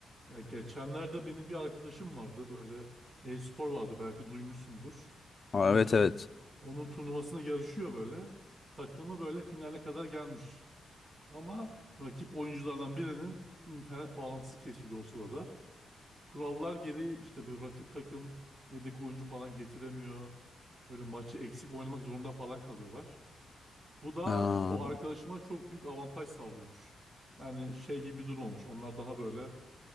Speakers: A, on the right; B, on the left.
A: Ya geçenlerde benim bir arkadaşım vardı böyle e-spor vardı belki duymuşsundur.
B: Aa,
A: Onun
B: evet
A: tu
B: evet.
A: onun turnuvasına yarışıyor böyle. Takımı böyle finale kadar gelmiş. Ama rakip oyunculardan birinin internet bağlantısı kesildi o sırada. Kurallar gereği işte bir rakip takım yedek oyuncu falan getiremiyor. Böyle maçı eksik oynamak zorunda falan kalıyorlar. Bu da
B: Aa,
A: bu arkadaşıma çok büyük avantaj sağlıyormuş. Yani şey gibi bir durum olmuş. Onlar daha böyle